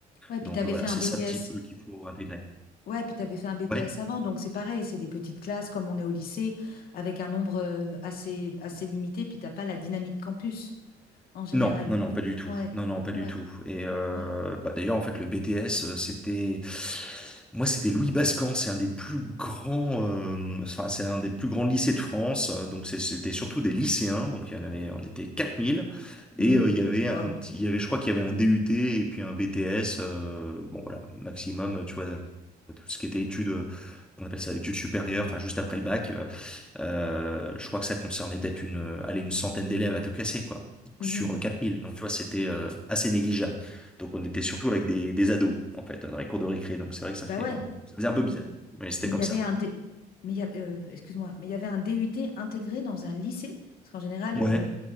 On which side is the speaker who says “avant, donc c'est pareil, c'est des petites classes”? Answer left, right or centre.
Left